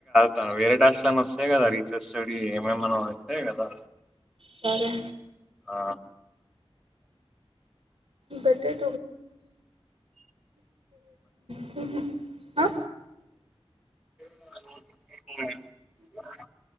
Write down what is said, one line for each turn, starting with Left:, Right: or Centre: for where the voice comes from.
Centre: తన వేరే టాస్క్ లన్న వస్తాయి కదా రీసెర్చ్ స్టడీ ఏమేమన్న వస్తాయి కదా
Right: సరే
Centre: ఆ
Right: బెటర్ టువి ఆ
Centre: <unintelligible>